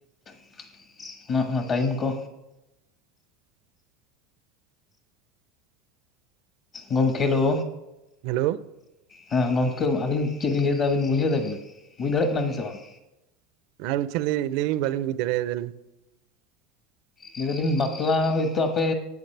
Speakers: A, on the left (about 45°); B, on the right (about 65°).
A: <unintelligible> ᱚᱱᱟ ᱚᱱᱟ ᱴᱟᱭᱤᱢ ᱠᱚ᱾ ᱜᱚᱝᱠᱮ ᱦᱮᱞᱳ᱾
B: ᱦᱮᱞᱳᱣ
A: ᱦᱮᱸ ᱜᱚᱝᱠᱮ ᱟᱹᱞᱤᱧ ᱪᱮᱫ ᱞᱤᱧ ᱞᱟᱹᱭ ᱫᱟ ᱟᱵᱤᱱ ᱵᱩᱡᱷᱟᱹᱣ ᱫᱟ ᱵᱤᱱ ᱵᱩᱡᱽ ᱫᱟᱲᱮᱭᱟᱜ ᱠᱟᱱᱟ ᱵᱤᱱ ᱥᱮ ᱵᱟᱝ?
B: ᱟᱨ <unintelligible> ᱞᱟᱹᱭ ᱵᱤᱱ ᱵᱟᱞᱤᱧ ᱵᱩᱡᱽ ᱫᱟᱲᱮᱭᱟᱫᱟ ᱟᱞᱤᱧ᱾
A: ᱞᱟᱹᱭ ᱫᱟ ᱞᱤᱧ ᱵᱟᱯᱞᱟ ᱦᱳᱭ ᱛᱚ ᱟᱯᱮ